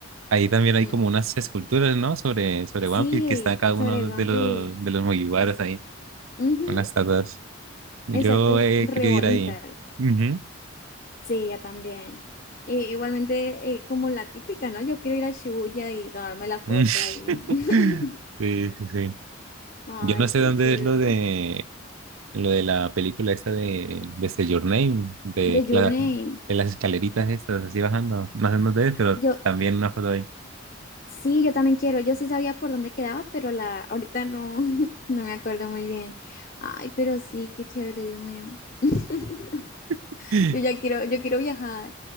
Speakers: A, on the right; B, on the left.
A: Ahí también
B: Mm,
A: hay como unas esculturas, ¿no? Sobre, sobre
B: Sí,
A: One Piece que está cada uno
B: sobre One
A: de los,
B: Piece.
A: de los Mugiwaras ahí.
B: Ujú,
A: unas tatas. Yo
B: exacto, es
A: he
B: re
A: querido
B: bonitas.
A: ir ahí. Ujú.
B: Sí, yo también. Y igualmente, eh, como la típica, ¿no? Yo quiero ir a Shibuya y tomarme la foto
A: Mm.
B: ahí. <laughs>
A: <laughs> Sí, sí, sí.
B: Ay,
A: Yo no sé
B: qué
A: dónde
B: chévere.
A: es lo de lo de la película esta de desde Your Name, de,
B: The Journey.
A: la- de las escaleritas estas, así bajando. No sé dónde es, pero
B: Yo,
A: también una foto ahí.
B: sí, yo también quiero. Yo sí sabía por dónde quedaba, pero la, ahorita no, <laughs> no me acuerdo muy bien. Ay, pero sí, qué chévere, Dios mío. <laughs>
A: <laughs>
B: Yo ya quiero, yo quiero viajar.